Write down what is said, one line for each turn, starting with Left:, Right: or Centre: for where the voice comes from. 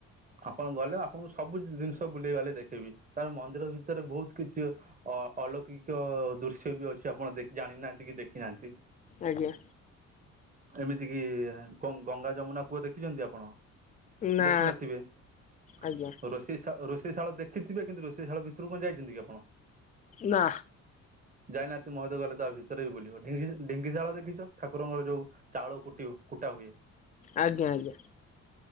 Right: ଆପଣ ଗଲେ ଆପଣଙ୍କୁ ସବୁ ଜିନିଷ ବୁଲେଇ ବାଲେଇ ଦେଖେଇବି ତାପରେ ମନ୍ଦିର ଭିତରେ ବହୁତ କିଛି ଅ ଅଲୌକିକ ଦୃଶ୍ୟ ବି ଅଛି ଆପଣ ଦେଖ ଜାଣିନାହାନ୍ତି କି ଦେଖିନାହାନ୍ତି।
Left: ଆଜ୍ଞା।
Right: ଏମିତି କି ଗଙ୍ଗ ଗଙ୍ଗା ଯମୁନା କୂଅ ଦେଖିଛନ୍ତି ଆପଣ?
Left: ନା
Right: ଦେଖିନଥିବେ ଆଉ
Left: ଆଜ୍ଞା
Right: ରୋଷ ସେ ଶା ରୋଷେଇ ଶାଳ ଦେଖିଥିବେ କିନ୍ତୁ ରୋଷେଇ ଶାଳ ଭିତରୁ କଣ ଯାଇଛନ୍ତି କି ଆପଣ?
Left: ନା।
Right: ଯାଇନାହାନ୍ତି ମହାଦେବ ଗଲେ ତା ଭିତରେ ବି ବୁଲିବ ଢିଙ୍କି ଢିଙ୍କିଶାଳ ଦେଖିଛ ଠାକୁରଙ୍କର ଯୋଉ ଚାଉଳ କୁଟିବ କୁଟା ହୁଏ।
Left: ଆଜ୍ଞା ଆଜ୍ଞା।